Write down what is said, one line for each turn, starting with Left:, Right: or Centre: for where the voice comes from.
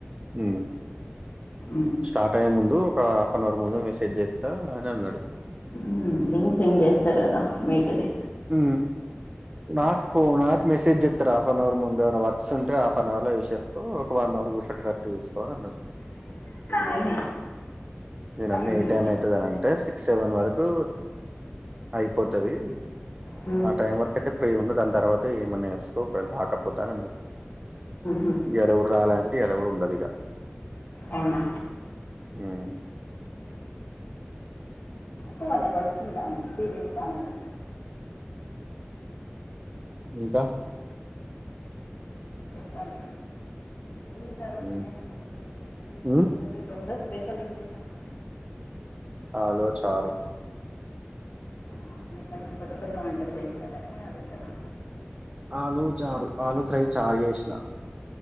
Right: ఉ
Left: మ్మ్,
Right: స్టార్ట్ అయ్యే ముందు ఒక హాఫ్ ఎన్ అవర్ ముందు మెసేజ్ చేస్తా అని అన్నాడు
Left: ఉ లింక్ సెండ్ చేస్తారు కదా వీటది
Right: ఉ నాకు ఫోన్ నాకు మెసేజ్ చేత్తారు హాఫ్ ఎన్ అవర్ ముందు ఏవన్నా వర్క్స్ ఉంటే హఫ్ అన్ అవర్ లో చేసస్ ఒక వన్ అవర్ కూసునేటట్టు చూసుకో అన్నది
Left: నేనే.
Right: నిను అన్న
Left: మ్మ్,
Right: ఏ టైమాయితదని అ సిక్స్ సెవెన్ వరకు అయిపోతది
Left: మ్మ్,
Right: ఆ టైం వరకు అయితే ఫ్రీగ ఉండ దాని తర్వాత ఏమన్నా వేసుకో ఒక రాకపోటే అని అన్న
Left: మ్మ్.
Right: ఇయ్యాల కూడా రాలె అంటే ఇయ్యాల కూడా ఉండది ఇగ
Left: అవునా
Right: మ్
Left: కు వళ్ళకు వచ్చింద మీరే ఇంకా నండి
Right: ఇంకా
Left: చెప్పలి ఏం తిన్నారు మధ్యాహ్నం
Right: ఉమ్
Left: మరి ఏం చేసారు
Right: ఉమ్
Left: మీ రూమ్లో స్పెషల్ ఏం చేశారు
Right: అలు చారు
Left: ఆ మీరు కొంచెం కొత్త కొత్త వంటలు చేస్తార అయితే అడుగుతున్న
Right: ఆలు చారు ఆలు ఫ్రై చారు చేసిన